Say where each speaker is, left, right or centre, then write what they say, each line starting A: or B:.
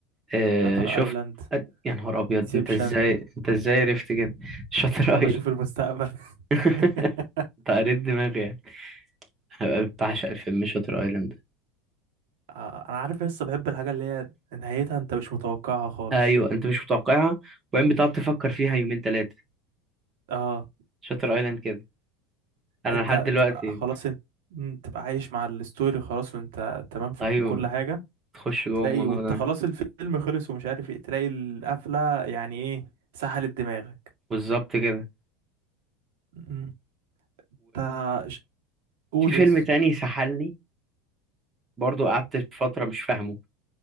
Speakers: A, on the right (about 20°); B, on the right (about 75°).
A: آه
B: شاتر
A: شفت
B: ايلاند
A: أد- يا نهار ابيض
B: انسبشن
A: انت ازاي انت ازاي عرفت كده شاتر
B: انا بشوف
A: ايلاند
B: المستقبل
A: <laughs>
B: <laughs>
A: انت قريت دماغي يعني أنا بعشق الفيلم شاتر ايلاند ده.
B: آه، انا عارف لسه بحب الحاجة اللي هي نهايتها انت مش متوقعها خالص
A: ايوه انت مش متوقعها وبعدين بتقعد تفكر فيها يومين ثلاثة
B: اه
A: شاتر ايلاند كده انا
B: انت
A: لحد دلوقتي
B: تبقى خلاص انت مم، تبقى عايش مع الستوري خلاص وانت تمام في
A: ايوه
B: كل حاجة
A: تخش جوه
B: وتلاقي
A: الموضوع
B: وانت
A: ده
B: خلاص الفيلم خلص ومش عارف ايه تلاقي القفلة يعني ايه سحلت دماغك
A: بالظبط كده
B: مم، انت ش- قول
A: في فيلم
B: يس
A: تاني سحلني برضو قعدت فترة مش فاهمه